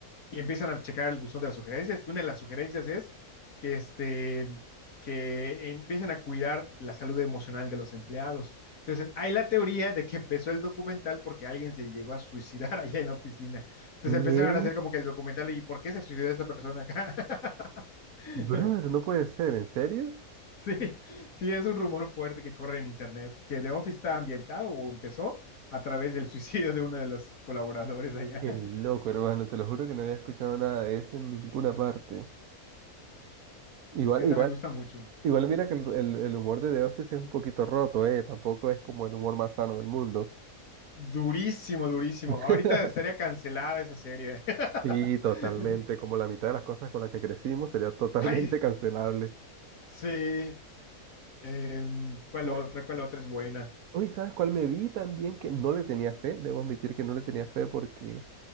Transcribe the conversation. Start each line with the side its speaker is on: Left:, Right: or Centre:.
Left: y empiezan a checar el buzón de las sugerencias. Y una de las sugerencias es que, este, que empiecen a cuidar la salud emocional de los empleados. Entonces, hay la teoría de que empezó el documental porque alguien se llegó a suicidar <laughs> allá en la oficina. Entonces
Right: ¿Qué?
Left: empezaban a hacer como que el documental y ¿por qué se suicidó esta persona acá? <laughs>
Right: Brother, no puede ser, ¿en serio?
Left: Sí, sí, es un rumor fuerte que corre en internet, que The Office está ambientado o empezó a través del <laughs> suicidio de uno de los colaboradores allá.
Right: Qué
Left: <laughs>
Right: loco, hermano, te lo juro que no había escuchado nada de eso en ninguna parte. Igual,
Left: Esa
Right: igual,
Left: me gusta mucho.
Right: igual mira que el, el- el humor de The Office es un poquito roto, ¿eh? Tampoco es como el humor más sano del mundo.
Left: Durísimo, durísimo.
Right: <laughs>
Left: Ahorita estaría cancelada esa serie. <laughs>
Right: Sí, totalmente. Como la mitad de las cosas con las que crecimos sería totalmente
Left: Ay,
Right: <laughs> cancelable.
Left: sí. Em, ¿cuál
Right: Sa-
Left: otra? ¿Cuál otra es buena?
Right: Uy, ¿sabes cuál me vi también que no le tenía fe? Debo admitir que no le tenía fe porque